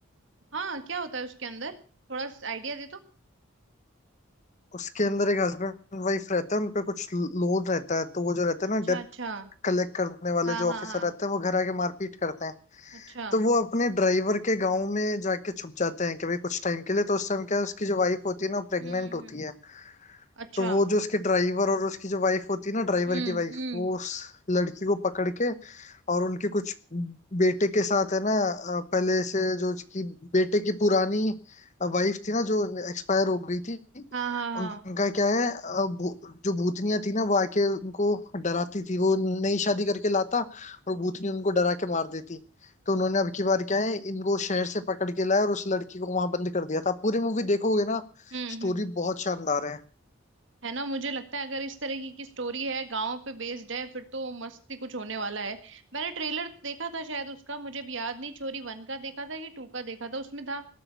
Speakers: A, on the right; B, on the left.
A: हाँ क्या होता है उसके अंदर थोड़ा आइडिया दे तो
B: उसके अंदर एक हस्बैंड वाइफ रहते हैं उन पे कुछ लोन रहता है तो वो जो रहते हैं
A: अच्छा
B: ना डेप्ट
A: अच्छा
B: कलेक्ट करने वाले
A: हाँ
B: जो
A: हाँ
B: ऑफिसर
A: हाँ
B: रहते हैं वो घर आके मारपीट करते हैं
A: अच्छा
B: तो वो अपने ड्राइवर के गाँव में जाके छुप जाते हैं कि भाई कुछ टाइम के लिए तो उस टाइम क्या है उसकी जो वाइफ होती है ना वो प्रेग्नेंट
A: हम्म
B: होती
A: हम्म
B: है
A: अच्छा
B: तो वो जो उसके ड्राइवर और उसकी जो वाइफ होती है ना ड्राइवर
A: हम्म
B: की वाइफ
A: हम्म
B: वो उस लड़की को पकड़ के और उनके कुछ बेटे के साथ है ना अ, पहले से जो उसकी बेटे की पुरानी वाइफ थी ना जो एक्सपायर हो गई थी
A: हाँ हाँ हाँ
B: उनका क्या है अ, भू- जो भूतनिया थी ना वो आके उनको डराती थी वो नई शादी करके लाता और भूतनी उनको डरा के मार देती तो उन्होंने अब की बार क्या है इनको शहर से पकड़ के लाया और उस लड़की को वहां बंद कर दिया था पूरी मूवी देखोगे ना
A: हम्म
B: स्टोरी
A: हम्म
B: बहुत शानदार है
A: है ना मुझे लगता है अगर इस तरह की की स्टोरी है गांव पे बेस्ड है फिर तो मस्ती कुछ होने वाला है मैंने ट्रेलर देखा था शायद उसका मुझे भी याद नहीं छोरी वन का देखा था कि टू का देखा था उसमें था